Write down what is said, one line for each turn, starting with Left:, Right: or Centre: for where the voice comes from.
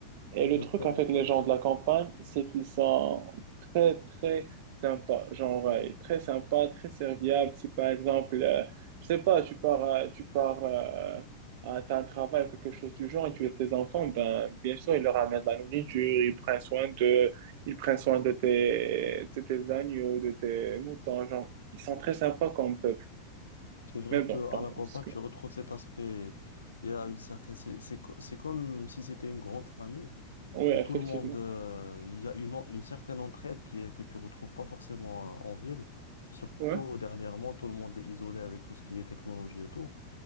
Right: Et
Left: Exactement,
Right: le truc avec
Left: tu
Right: les
Left: as raison.
Right: gens de la campagne, c'est qu'ils sont très, très sympas. Genre, euh, très sympas, très serviables. Si par exemple, euh, je sais pas, tu pars, euh, tu pars, euh, à t'as un travail ou quelque chose du genre et tu laisses tes enfants, ben, bien sûr, ils leur amènent de la nourriture, ils prennent soin de, ils prennent soin de tes, de tes agneaux, de tes moutons. Genre, ils sont très sympas comme peuple.
Left: C'est vrai
Right: Mais bon,
Left: qu'à
Right: pardon,
Left: la campagne,
Right: parce que,
Left: tu retrouves cet aspect. Il y a une certaine. C'est c'est co- c'est comme si c'était une grande famille
Right: oui,
Left: et
Right: effectivement.
Left: tout le monde. euh, il y a une, en- une certaine entraide qui est, que tu retrouves pas forcément euh, en ville. Surtout
Right: Ouais.
Left: dernièrement, tout le monde est isolé avec tout ce qui est technologie et tout.